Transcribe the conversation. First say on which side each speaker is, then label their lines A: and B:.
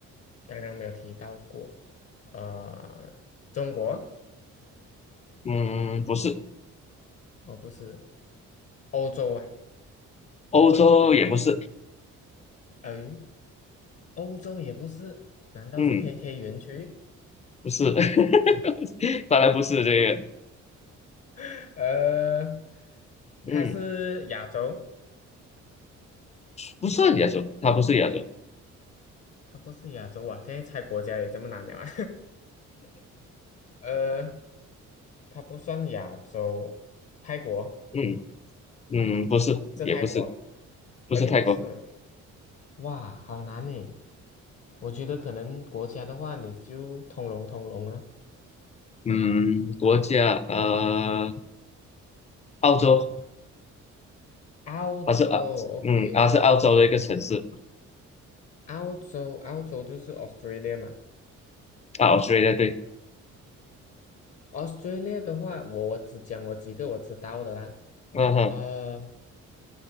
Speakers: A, on the left (about 50°); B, on the left (about 25°).
A: 刚刚没有提到过，呃，中国
B: 嗯，不是，
A: 哦，不是欧洲啊，
B: 欧洲也不是，
A: 哎，欧洲也不是，难道是
B: 嗯。
A: KK 园区？
B: 不是，<laughs> 当然不是这个，
A: <laughs> 呃，
B: 嗯，
A: 它是亚洲，
B: 不是亚洲，它不是亚洲，
A: 它不是亚洲啊，现在猜国家也这么难了啊，<laughs> 呃，它不算亚洲，泰国
B: 嗯嗯，不是，
A: 是泰国，
B: 也不是，不是泰国，
A: 哦，也不是，哇，好难呢。我觉得可能国家的话，你就通融通融啊。
B: 嗯，国家呃，澳洲，
A: 澳洲
B: 它是啊，
A: ，OK，
B: 嗯，它是澳洲的一个城市
A: 澳洲，澳洲就是 Australia 嘛
B: 啊，Australia 对，
A: ，OK，Australia 的话，我我只讲我几个我知道的啦。
B: 嗯哼，
A: 呃，